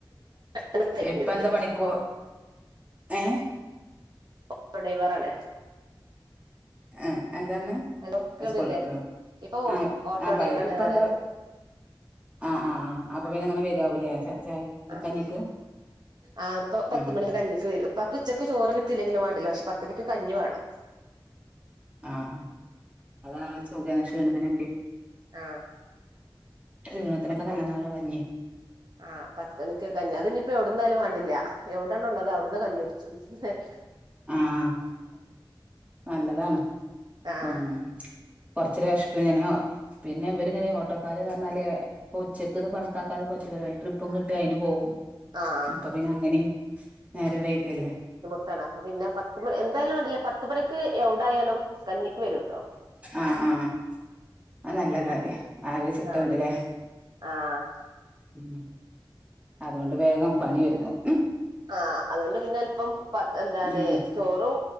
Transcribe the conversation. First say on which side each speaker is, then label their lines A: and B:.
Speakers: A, on the right; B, on the right.
A: ഓട്ടോ
B: ഇപ്പ എന്താ പണിക്കോ ഏ
A: സ്കൂൾ ഡൈവറല്ലേ
B: എഹ് എന്താപർഞ്ഞ്
A: ഹലോ കേൾക്കണില്ലേ
B: സ്കൂളൾ ഡ്രൈവറോ
A: ഇപ്പൊ
B: ആഹ്
A: ഓട്ടോ
B: ആഹ്
A: ഡ്രൈവറാണ്
B: പറയ് ഇപ്പ
A: പറയാ
B: എന്താ ആഹ് ആഹ് ആഹ് അപ്പ പിന്നെ അങ്ങനെ വെരാവുംല്ലേ ചാ ചായ
A: ആഹ്
B: കഞ്ഞിക്ക്
A: ആഹ് ഇപ്പ പത്ത്മണിക്ക്
B: ഉം
A: കഞ്ഞി ക്ക്‌ വരും പ്പാക്ക് ഉച്ചക്ക് ചോറ് കിട്ടില്ലെങ്കിലും വാണ്ടില്ല പക്ഷേ പത്തണിക്ക് കഞ്ഞി വേണം
B: ആഹ് ആഹ് അതാണ് ച്ചൊകേനും ഷീണത്തിനൊക്കെ
A: ആഹ്
B: ക്ഷീണത്തിനൊക്കെ
A: അപ്പൊ
B: നല്ലതാണല്ലോ കഞ്ഞി
A: ആഹ് പത്തണിക്ക് കഞ്ഞി അത് ഇഞ്പ്പൊ എവ്ട്ന്നായാലും വാണ്ടില്ല്യാ എവിടാണ്ള്ളത് അവ്ട്ന്ന് കഞ്ഞികുടിച്ചും ഹ് ഹ് ഹ
B: ആഹ് നല്ലതാണ്
A: ആഹ്
B: ഉം ഉം കൊർച്ചൊരു വെഷ്പ്പ്ങ്ങനെ പിന്നെ ഇവര്ങ്ങനെ ഈ ഓട്ടോക്കാര്ന്ന് പർഞ്ഞാല് ഇപ്പൊ ഉച്ചക്ക്ന്ന് കണക്കാക്കാനൊന്നും പറ്റൂലല്ലോ വല്ല ട്രിപ്പും കിട്ട്യാ അയ്ന് പോവും
A: ആഹ്
B: അപ്പ പിന്നെ അങ്ങനിം നേരം വെയ്കല്ലേ
A: താണ് അപ്പ പിന്നെ പത്ത് മണി എന്തായാലും വേണ്ടില്ല പത്തുമണിക്ക് എവ്ടായാലും കഞ്ഞിക്ക് വെരും
B: ആഹ് ആഹ് അഹ് നല്ല കാര്യ ആ ഒര് ചിട്ടണ്ട്ല്ലേ
A: ആഹ് ആഹ്
B: ഉം അതോണ്ട് വേഗം പണി ഒര്ങ്ങും
A: ആഹ് അത്കൊണ്ട് പിന്നെ ചെൽപ്പം പത് എന്താണ്
B: ഉം
A: ചോറും